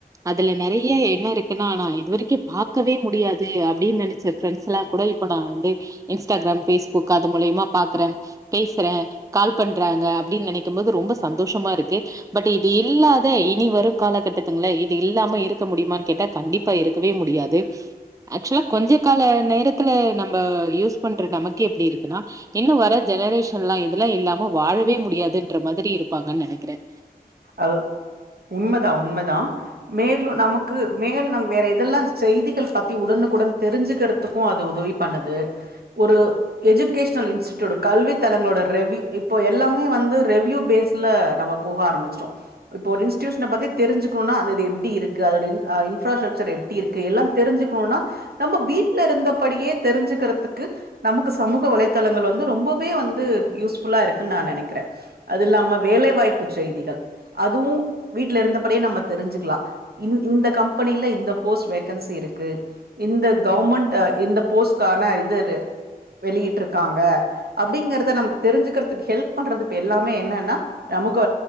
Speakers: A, on the right; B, on the right.
A: அதுல நிறைய என்ன இருக்குன்னா ஆனா இது வரைக்கும் பாக்கவே முடியாது அப்படின்னு நினைச்ச பிரெண்ட்ஸ் எல்லாம் இப்ப நா வந்து இன்ஸ்டாகிராம் பேஸ்புக் அது மூலியமா பாக்குறேன் பேசுறேன் கால் பண்றாங்க அப்படின்னு நினைக்கும் போது ரொம்ப சந்தோஷமா இருக்கு பட் இது இல்லாத இனி வரும் காலகட்டத்து இது இல்லாம இருக்க முடியுமனு கேட்டா கண்டிப்பா இருக்கவே முடியாது ஆக்சுவலா கொஞ்ச கால நேரத் துல நம்ம யூஸ் பண்ற நமக்கே இப்படி இருக்குன்னா இன்னும் வர ஜெனரேஷன்லாம் இததெல்லாம் இல்லாம வாழவே முடியாதுன்ற மாதிரி இருப்பாங்கன்னு நினைக்கிறேன்
B: அஹ உண்மைதான் உண்மைதான் மேலும் நமக்கு மேல் வேற இததெல்லாம் செய்திகள் பத்தி உடனுக்குடன் தெரிஞ்சுக்கிறதுக்கு அது உதவி பண்ணுது ஒரு எஜுகேஷ்னல் இன்ஸ்டிட்யூட் கல்வி தளங்களோட ரிவியூ இப்ப எல்லாமே வந்து ரிவியூ பேஸ்ல போக ஆரம்பிச்சிடோம் இப்ப ஒரு இன்ஸ்டியூஷன பத்தி தெரிஞ்சுக்கனுனா அது எப்பிடி இருக்கு அதோட இன்ராசெக்ஷன் எப்பிடி இருக்கு தெரிஞ்சுக்கனுனா நம்ம வீட்டுல இருந்தபடியே தெரிஞ்சுக்கிறதுக்கு நமக்கு சமூக வலைதளங்கள் வந்து ரொம்ப வந்து யூஸ்புள்ளா இருக்கு நினைக்கிறேன் அது இல்லாம வேலை வாய்ப்பு செய்திகள் அதுவும் வீட்ல இருந்தபடியே நம்ம தெரிஞ்சுக்கலாம் இந்த கம்பெனில இந்த கோர்ஸ் வேக்கன்சி இருக்கு இந்த கவர்மெண்ட் இந்த போஸ்கான இது வெளியிட்டு இருக்காங்க அப்படிங்கிறத நமக்கு தெரிஞ்சுக்கக்கு கெல்ப் பண்றது எல்லாமே என்னன்னா சமூக